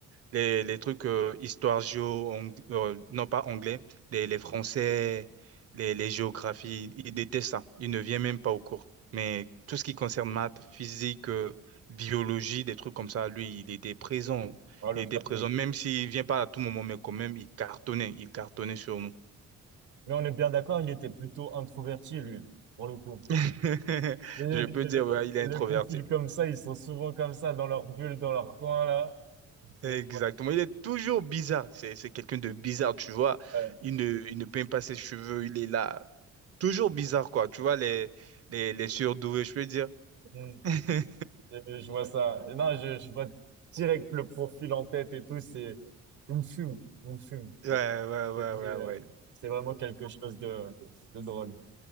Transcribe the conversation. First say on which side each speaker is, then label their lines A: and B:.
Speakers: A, on the right; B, on the right.
A: les, les trucs euh, histoire géo, ang- euh, non pas anglais, les, les français, les, les géographies, ils détestent ça. Ils ne viennent même pas au cours. Mais tout ce qui concerne maths, physique, euh, biologie, des trucs comme ça, lui, il était présent.
B: Ah, le
A: Il était
B: matou.
A: présent, même s'il vient pas à tout moment, mais quand même, il cartonnait, il cartonnait sur nous.
B: Mais on est bien d'accord, il était plutôt introverti, lui, pour le coup.
A: <laughs>
B: Les,
A: Je
B: les-
A: peux dire,
B: les-
A: ouais, il est introverti.
B: les profils comme ça, ils sont souvent comme ça, dans leur bulle, dans leur coin, là.
A: Exactement.
B: Les-
A: Il est toujours bizarre. C'est, c'est quelqu'un de bizarre, tu vois.
B: ouais,
A: Il ne, il ne peint pas ses cheveux, il est là. Toujours bizarre, quoi. Tu vois, les, les, les surdoués, je peux dire.
B: mm,
A: <laughs>
B: je, je vois ça. Et Non, je, je vois direct le profil en tête et tout, c'est... Il me fume, il me fume.
A: Ouais,
B: Je
A: ouais, ouais,
B: te dis,
A: ouais,
B: euh,
A: ouais.
B: c'est vraiment quelque chose de, de drôle.